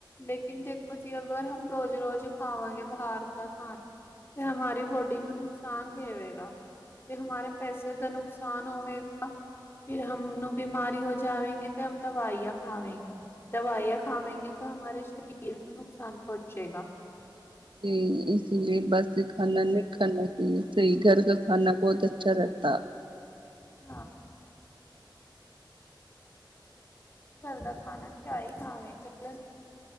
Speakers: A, on the left; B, on the right.
A: ਲੇਕਿਨ ਦੇਖੋ ਜੀ ਅਗਰ ਹਮ ਰੋਜ਼-ਰੋਜ਼ ਖਾਵਾਂਗੇ ਬਾਰ ਦਾ ਖਾਣਾ ਤੇ ਹਮਾਰੀ ਬੋਡੀ ਨੂੰ ਨੁਕਸਾਨ ਦੇਵੇਗਾ। ਤੇ ਹਮਾਰੇ ਪੈਸੇ ਦਾ ਨੁਕਸਾਨ ਹੋਵੇਗਾ। ਫਿਰ ਹਮ ਨੂੰ ਬਿਮਾਰੀ ਹੋ ਜਾਵੇਗੀ ਤੇ ਹੋਮ ਦਵਾਈਆਂ ਖਾਵੇਂਗੇ ਦਵਾਈਆਂ ਖਾਵੇਗੇ ਤਾਂ ਹਮਾਰੇ ਸਰੀਰ ਨੂੰ ਨੁਕਸਾਨ ਪਹੁੰਚੇਗਾ।
B: ਤੇ ਇਸ ਲਈ ਬਸ ਏ ਖਾਨਣਾ ਨੀ ਖਾਣਾ ਚਾਈਏ ਸਈ ਕੱਰ ਕਾ ਖਾਨਾ ਬਹੁਤ ਅੱਛਾ <unintelligible>
A: <unintelligible> ਘਰ ਦਾ ਖਾਣਾ ਕਿਆ ਹੀ ਖਾਵੇ <unintelligible>